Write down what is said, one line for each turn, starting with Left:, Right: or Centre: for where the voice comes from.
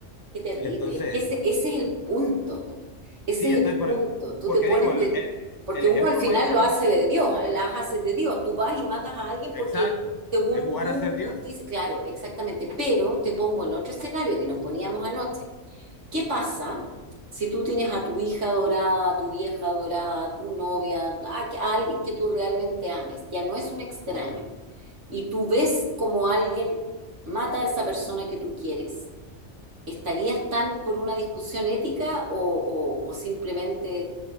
Right: Qué terrible,
Left: Entonces...
Right: es que ese, ese es el punto, po. Ese
Left: Sí,
Right: es
Left: entonces,
Right: el
Left: por-
Right: punto. Tú
Left: porque
Right: te pones
Left: digo, el,
Right: de...
Left: el-
Right: Porque
Left: el
Right: uno
Left: ejemplo
Right: al final
Left: mayor,
Right: lo hace de Dios, las haces de Dios. Tú vas y matas a alguien
Left: exacto,
Right: porque según
Left: es jugar
Right: tu
Left: a ser Dios.
Right: justicia... Claro, exactamente. Pero te pongo en otro escenario que nos poníamos anoche. ¿Qué pasa si tú tienes a tu hija adorada, a tu vieja adorada, a tu novia, a, a alguien que tú realmente ames? Ya no es un extraño.
Left: Claro.
Right: Y tú ves como alguien mata a esa persona que tú quieres ¿estarías tan por una discusión ética o, o- o simplemente